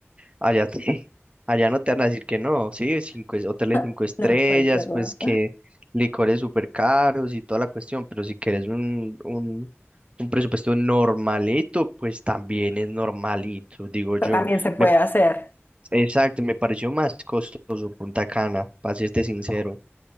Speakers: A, on the right (about 25°); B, on the left (about 45°).
A: Allá, te- <laughs> allá no te van a decir que no, sí, cinco, es- hoteles
B: <laughs>
A: cinco estrellas,
B: No, cualquier lado.
A: pues que licores súper caros y toda la cuestión, pero si quieres un, un, un presupuesto normalito, pues también es normalito, digo
B: Pero
A: yo.
B: También se puede
A: Me,
B: hacer.
A: exacto, me pareció más costoso Punta Cana, para serte sincero.